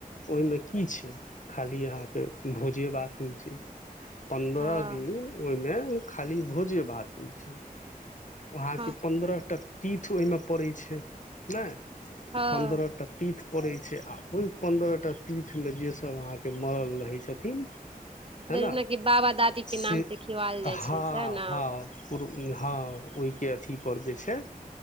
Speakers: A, on the left (about 55°); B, on the right (about 35°).
A: ओइमें की छै? खाली अहाँके भोजे-बात होइ छै। पन्द्रह
B: हँ
A: दिन ओइमें खाली भोजे-भात ओइ छै। ओ अहाँके
B: हँ
A: पन्द्रह-टा तीथ ओइ में पड़ै छै। नै,
B: हँ
A: पन्द्रह-टा तीथ पड़ै छै आ ओइ पन्द्रह- टा तीथ में जे स सब अहाँके मरल रहै छथिन है
B: जेनाकि
A: न
B: बाबा दादी के
A: से
B: नाम पे खिवाल जाइ
A: हँ-हँ
B: छै सएह ने
A: पूर्व इ हँ, ओइके अथी पर जे छै